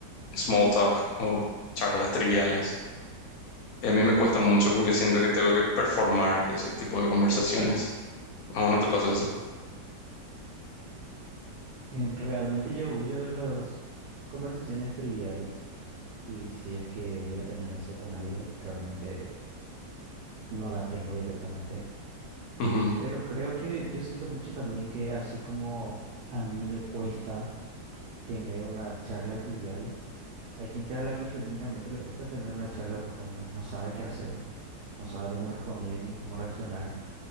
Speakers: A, on the left; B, on the right.
A: small talk o charlas triviales. Y a mí me cuesta mucho porque siento que tengo que performar ese tipo de conversaciones. ¿aún no te pasa eso?
B: Em, Realmente yo huyo de las conversaciones triviales, y si es que voy a tener eso con alguien, realmente no la tengo directamente.
A: Ujú.
B: Pero creo que yo siento mucho también que así como a mí me cuesta tener una charla trivial, hay gente a la que genuinamente le cuesta tener una charla profunda, no sabe qué hacer, no sabe cómo responder ni cómo reaccionar.